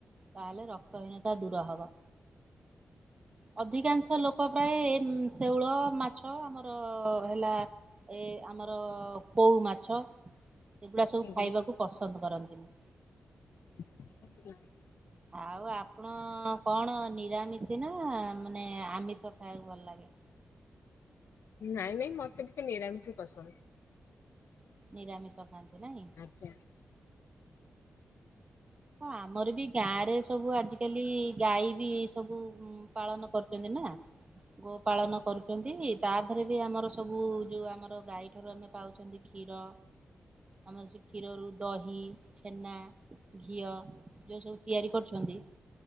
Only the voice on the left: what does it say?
ଆଜ୍ଞା।
<inaudible>
ନାଇଁ ନାଇଁ ମତେ ଟିକେ ନିରାମିଷ ପସନ୍ଦ।
ଆଜ୍ଞା।